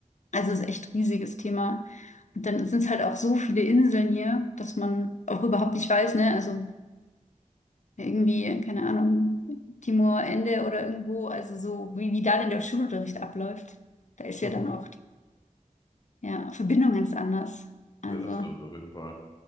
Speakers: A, on the left; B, on the left.
A: also es ist echt ein riesiges Thema. Und dann sind es halt auch so viele Inseln hier, dass man auch überhaupt nicht weiß, ne? Also irgendwie, keine Ahnung, Timor, Ende oder irgendwo, also so, wie, wie da denn der Schulunterricht abläuft. Da ist
B: <laughs>
A: ja dann auch die ja, Verbindung ganz anders. Also,
B: Ja, das stimmt auf jeden Fall.